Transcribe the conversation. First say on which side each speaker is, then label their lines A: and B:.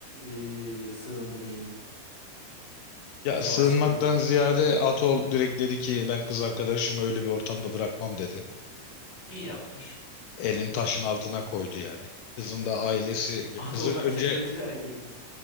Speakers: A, on the left; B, on the left.
A: e, sığındı diyeyim
B: ya
A: savaş
B: sığınmaktan
A: çıkınca.
B: ziyade Atol direkt dedi ki ben kız arkadaşımı öyle bir ortamda bırakmam dedi.
A: İyi yapmış.
B: Elin taşın altına koydu yani. Kızın da ailesi,
A: <laughs> Atol'dan
B: kızı önce
A: şaşırtıcı hareketler.